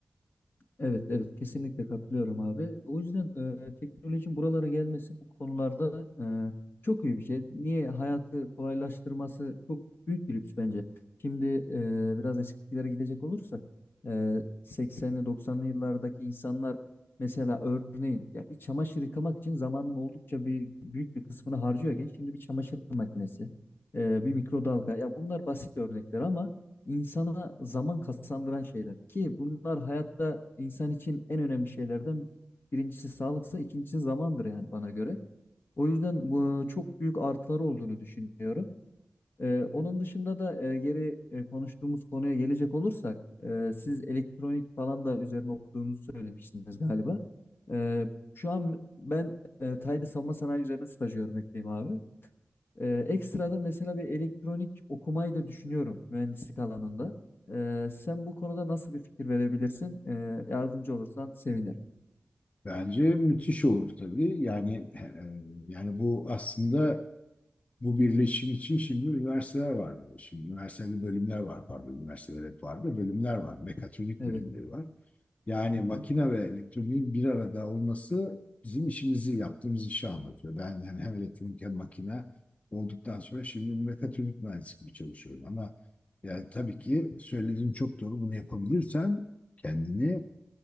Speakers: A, on the left; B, on the left.
A: Evet, evet kesinlikle katılıyorum abi. O yüzden e, teknolojinin buralara gelmesi bu konularda e, çok iyi bir şey. Niye hayatı kolaylaştırması çok büyük bir lüks bence. Şimdi e, biraz eskilere gidecek olursa e, 80'li 90'lı yıllardaki insanlar mesela örneğin ya bir çamaşır yıkamak için zamanın oldukça bir büyük bir kısmını harcıyorken şimdi bir çamaşır makinesi, e, bir mikrodalga ya bunlar basit örnekler ama insana zaman kazandıran şeyler ki bunlar hayatta insan için en önemli şeylerden birincisi sağlıksa ikincisi zamandır yani bana göre. O yüzden bu çok büyük artıları olduğunu düşünüyorum. Ee, onun dışında da e, geri e, konuştuğumuz konuya gelecek olursak e, siz elektronik falan da üzerine okuduğunuzu söylemiştiniz galiba. Ee, şu an ben e, Taylı Savunma Sanayi üzerine staj görmekteyim abi. Ee, ekstra da mesela bir elektronik okumayı da düşünüyorum mühendislik alanında. Ee, sen bu konuda nasıl bir fikir verebilirsin? Ee, yardımcı olursan sevinirim.
B: Bence müthiş olur tabii. Yani e, e, yani bu aslında bu birleşim için şimdi üniversiteler var. diyor. Şimdi üniversitede bölümler var pardon. Üniversiteler hep var da bölümler var. Mekatronik
A: Evet.
B: bölümleri var. Yani
A: Hı
B: makine
A: hı.
B: ve elektroniğin bir arada olması bizim işimizi yaptığımız işi anlatıyor. Ben yani hem elektronik hem makine olduktan sonra şimdi mekatronik mühendisliği çalışıyorum. Ama yani tabii ki söylediğin çok doğru. Bunu yapabilirsen kendini